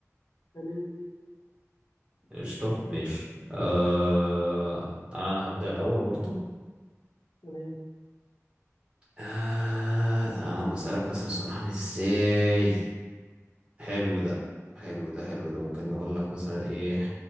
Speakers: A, on the left; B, on the right.
A: تمام زي الفل معاك
B: قشطة ماشي آه أنا أنا هبدأ الأول برضه
A: تمام
B: آه تعالى أما أسألك مثلا سؤال عامل إزاي حلو ده حلو ده حلو ده ممكن نقول لك مثلا ايه